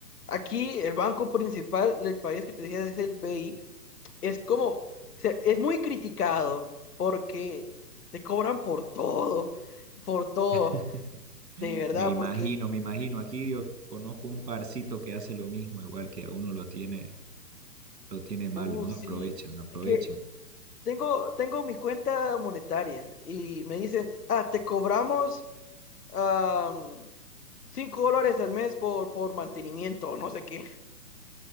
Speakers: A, on the left; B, on the right.
A: aquí el banco principal del país que te decía es el BI, es como, o sea, es muy criticado porque te cobran por todo, por todo,
B: <laughs>
A: de verdad,
B: Me imagino,
A: porque,
B: me imagino. Aquí yo conozco un parcito que hace lo mismo, igual que a uno lo tiene, lo tiene mal,
A: uh,
B: ¿no?
A: sí,
B: Aprovechan, aprovechan.
A: es que tengo, tengo mi cuenta monetaria y me dicen, ah, te cobramos am, 5 dólares al mes por, por mantenimiento, no sé qué.